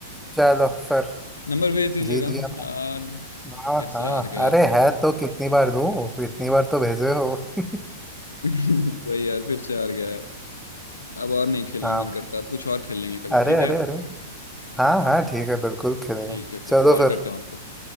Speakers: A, in the centre; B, on the left.
A: चलो फिर
B: नंबर भेज दीजिएगा
A: जीत गया
B: यार
A: हाँ
B: फिर से
A: हाँ
B: हार गया यार
A: अरे है तो कितनी बार दूं इतनी बार तो भेजे हो <laughs>
B: <laughs> वही यार फिर से हार गया यार अब और नहीं खेलने
A: हाँ
B: मन करता अब कुछ और खेल लेंगे कभी
A: अरे
B: ठीक है
A: अरे अरे हाँ हाँ ठीक है बिल्कुल खेलेंगे
B: ठीक है फिर
A: चलो
B: कॉल
A: फिर
B: करता हूँ आपको